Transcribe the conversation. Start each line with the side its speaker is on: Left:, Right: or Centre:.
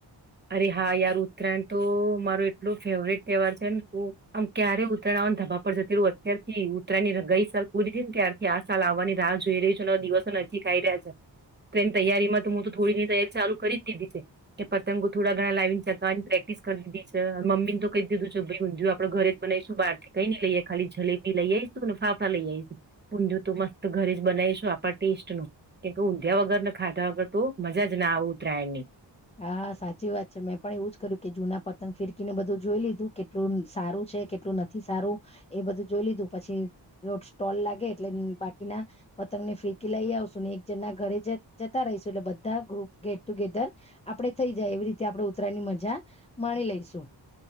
Right: અરે, હા યાર ઉત્તરાયણ તો મારો એટલો ફેવરેટ તહેવાર છે ને કે આમ ક્યારે ઉત્તરાયણ આવવાને ધબા પરડ જતી રહું અત્યારથી ઉત્તરાયણની ગઈ સાલ પૂરી થ ને ત્યારથી આ સાલ આવવાની રાહ જોઈ રહી છે અને દિવસો નજીક આ આવી રહ્યા છે તો એની તૈયારી માં તો હું તો થોડી તૈયારી ચાલુ કરી જ દીધી છે કે પછ પતંગો થોડા ઘણા લાવીને ચગાવવાની પ્રેક્ટિસ કરી દીધી છે અને મમ્મીને તો કહી દીધું છે ભઈ ઊંધિયુ તો આપણે ઘરે જ બનાઈશું બહારથી કઈ નઈ લઈએ ખાલી જલેબી લઈ આવીઈશું ને ફાફડા લઈ આવીઈશું ઊંધિયુ તો મસ્ત ઘરે જ બનાવીશું આપણા ટેસ્ટ નું કેમ ઊંધિયા વગર ને ખાધા વગર તો મજાજ ના આવ ઉતરાયણની.
Left: હા, સાચી વાત છે મેં પણ એવું જ કર્યું કે જૂના પતંગ ફિરકીને બધું જોઈ લીધું કેટલું સારું છે કેટલું નથી સારું એ બધું જોઈ લીધું પછી સ્ટોલ લાગે એટલે બાકીના પતંગ ને ફિરકી લઈ આવશું ને એક જના ઘરે જ જતા રહીશું એટલે બધા ગ્રુપ ગેટ ટુગેધર આપડણે થઈ જાય એવી રીતે આપણે ઉતરાયણની મજા માણી લઈશું.